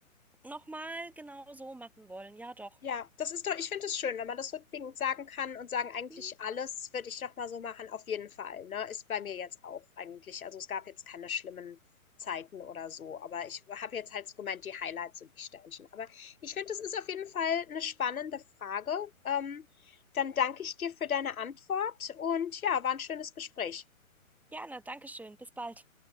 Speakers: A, in the centre; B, on the left (about 75°).
A: nochmal genau so machen wollen. Ja, doch.
B: Ja, das ist doch, ich finde es schön, wenn man das rückblickend sagen kann und sagen, eigentlich
A: Hm,
B: alles würde ich noch mal so machen, auf jeden Fall, ne? Ist bei mir jetzt auch eigentlich. Also es gab jetzt keine schlimmen Zeiten oder so, aber ich habe jetzt halt so gemeint, die Highlights und die Sternchen. Aber ich finde, das ist auf jeden Fall eine spannende Frage. Ähm, dann danke ich dir für deine Antwort und ja, war ein schönes Gespräch.
A: Gerne, Dankeschön. Bis bald.